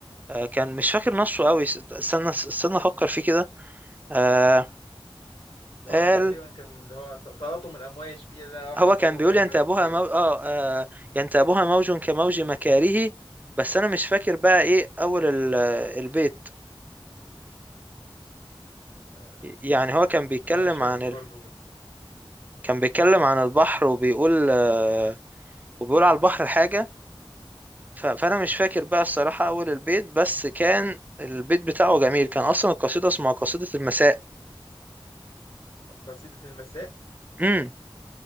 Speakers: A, on the right; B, on the left.
A: آه كان مش فاكر نصه قوي است- استنى استنى افكر فيه كده آه
B: اللي
A: قال
B: هو تقريبا كان اللي هو ت- تلاطم الامواج فيه ده لقب
A: هو كان
B: تلاطم
A: بيقول
B: الامواج
A: ينتابها
B: وكده
A: مو... اه آه، ينتابها موج كموج مكاره بس انا مش فاكر بقى ايه اول ال- البيت
B: آه.
A: يعني هو كان بيتكلم
B: انا مش فاكره
A: عن ال...
B: برضه بس
A: كان بيتكلم عن البحر وبيقول آه، وبيقول على البحر حاجة ف... فانا مش فاكر بقى الصراحة اول البيت بس كان البيت بتاعه جميل كان اصلا القصيدة اسمها قصيدة المساء
B: قصيدة المساء
A: امم